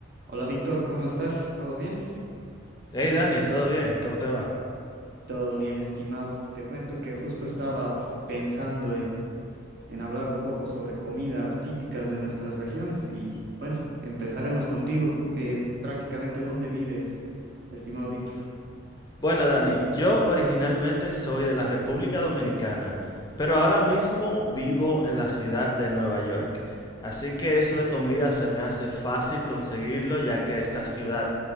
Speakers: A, on the right; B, on the left.
A: Hola Víctor, ¿cómo estás? ¿Todo bien?
B: Hey Dani, ¿todo bien? ¿Cómo te va?
A: Todo bien, estimado. Te cuento que justo estaba pensando en, en hablar un poco sobre comidas típicas de nuestras regiones y bueno, empezaremos contigo. Eh, prácticamente, ¿dónde vives, estimado Víctor?
B: Bueno Dani, yo originalmente soy de la República Dominicana, pero ahora mismo vivo en la ciudad de Nueva York. Así que eso de comida se me hace fácil conseguirlo ya que esta ciudad